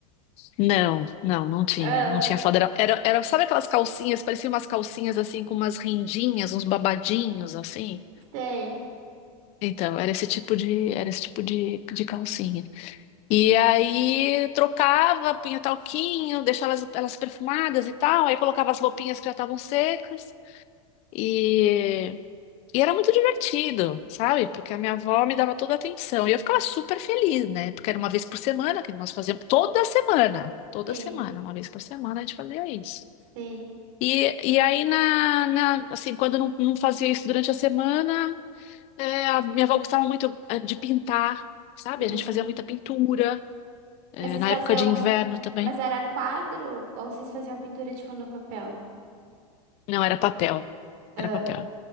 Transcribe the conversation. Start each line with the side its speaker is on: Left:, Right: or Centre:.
Left: Não, não, não tinha,
Right: Ah,
Left: não tinha foda. Era, era, era- sabe aquelas calcinhas, pareciam umas calcinhas assim com umas rendinhas, uns babadinhos assim.
Right: sei,
Left: Então, era esse tipo de, era esse tipo de, de calcinha. E aí trocava, punha talquinho, deixava elas, elas perfumadas e tal, aí colocava as roupinhas que já estavam secas. E, e era muito divertido, sabe? Porque a minha avó me dava toda a atenção. E eu ficava super feliz, né? Porque era uma vez por semana que nós fazíamos. Toda semana. Toda
Right: sim,
Left: semana. Uma vez por semana a gente fazia isso.
Right: sim.
Left: E, e aí, na, na- assim, quando eu não, não fazia isso durante a semana, é, a minha avó gostava muito é, de pintar, sabe?
Right: Hum.
Left: A gente fazia muita pintura, é,
Right: Mas vocês
Left: na
Right: faziam.
Left: época de inverno também.
Right: Mas era quadro ou vocês faziam pintura tipo no papel?
Left: Não, era papel.
Right: Ah.
Left: Era papel.